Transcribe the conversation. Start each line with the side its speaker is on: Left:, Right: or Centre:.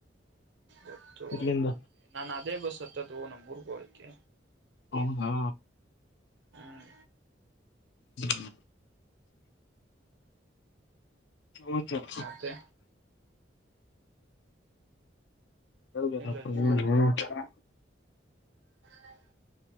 Right: ಹತ್ತು
Left: ಇಲ್ಲಿಂದ
Right: ನಾನ ಅದೇ ಬಸ್ಸು ಹತ್ತದು ನಮ್ಮ ಊರ್ಗ ಹೋಗೋಕೆ.
Left: ಹೌದಾ
Right: ಹ್ಮ್
Left: ಹು ಹೌ ಚಲಾ.
Right: ಮತ್ತೆ.
Left: ಗದಗೆಪ್ಪ
Right: ಏನ್ ರಾಜು
Left: ಹು ಚಲ್ಲಾ.
Right: ಹಾ